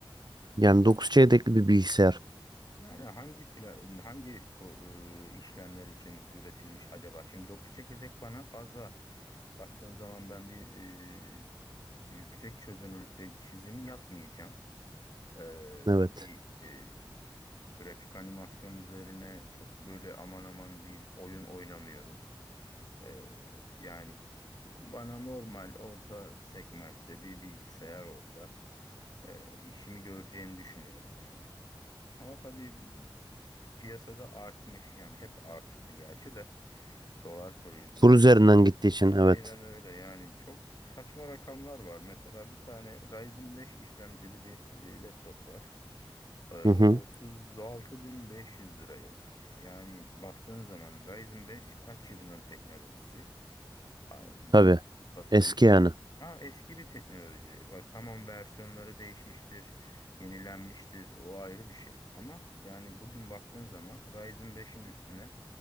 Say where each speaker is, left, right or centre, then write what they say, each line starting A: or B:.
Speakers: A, on the right; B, on the left.
A: Yani 9 çekirdekli bir bilgisayar.
B: Yani hangi pla- hangi ko- e, işlemler için üretilmiş acaba? Şimdi 9 çekirdek bana fazla baktığın zaman ben bir e, yüksek çözünürlükte çizim yapmayacağım. Ee,
A: Evet.
B: bir e, grafik animasyon üzerine çok böyle aman aman bir oyun oynamıyorum. Ee, yani bana normal orta segmentte bir bilgisayar olsa e, işimi göreceğini düşünüyorum yani. Ama tabii piyasada artmış yani hep artıktı gerçi de dolar kuru yüzünden
A: Kur üzerinden gittiği için
B: Aynen
A: evet.
B: öyle yani çok saçma rakamlar var. Mesela bir tane Ryzen 5 işlemcili bir e, laptop var. Ee,
A: Hı hı.
B: 36.500 lira yazıyor. Yani baktığın zaman Ryzen 5 kaç yılının teknolojisi? Hayır, bugün
A: Tabii.
B: satılıyor
A: Eski yani.
B: ve ya eski bir teknoloji. Ha, Tamam versiyonları değişmiştir, yenilenmiştir. O ayrı bir şey. Ama yani bugün baktığın zaman Ryzen 5'in üstüne